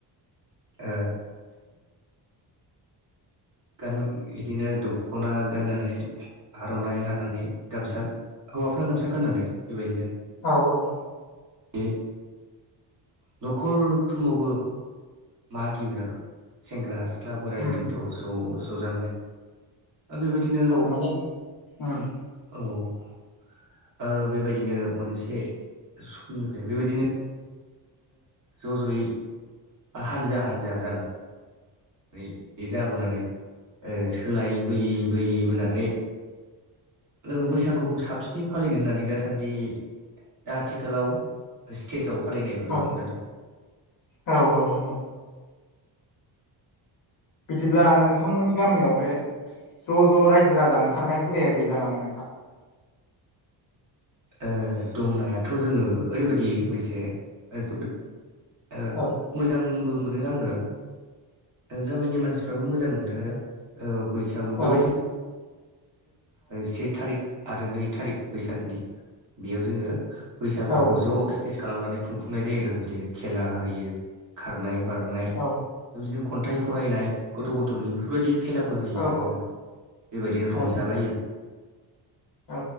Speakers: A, on the right (about 40°); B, on the left (about 45°).
A: ओ गान बिदिनो दखना गाननानै आर'नाइ लानानै गामसा हौवाफ्रा गामसा गाननानै बेबायदिनो‌
B: औ औ।
A: उम न'खरफ्रोमावबो मागियोमोन आरो सेंग्रा सिख्ला बोराय
B: उम
A: बेन्थ' ज' ज'जानानै। दा बेबायदिनो
B: औ माने उम
A: औ ओ बेबायदिनो मोनसे समनिफ्राय बेबायदिनो ओ ज' ज'यै हानजा हानजा जाना नै जाबोनानै सोलाय बोयै बोयै बोनानै ओ बैसागुखौ साबसिनै फालिनो होननानै दासान्दि दा आथिखालाव स्टेजाव फालिनायखौ
B: औ
A: नुनो मोनो आरो।
B: औ औ औ। बिदिब्ला नोंथांमोननि गामियाव बे ज' ज' रायजो राजा ओंखारनाय हुदाया गैला नामा नोंथां।
A: ओ दंनायाथ' जोङो ओरैबायदि मोनसे जोबोद ओ
B: औ
A: मोजांबो मोनो आङो गामिनि मानसिफ्राबो मोजां मोनो आरो। औ बैसागु
B: औ
A: बेबायदि से थारिक आरो नै थारिक बैसागनि बेयाव जोङो बैसागुखौ
B: औ
A: ज' स्टेज खालामनानै खुंफुंनाय जायो आरो बिदिनो खेला होयो। खारनाय बारनाय बेबायदिनो
B: औ
A: खन्थाइ फरायनाय गथ' गथ'नि बेफोरबायदि खेला फोर होयो
B: औ
A: आरो जोङो बेबायदिनो रंजालायो।
B: औ औ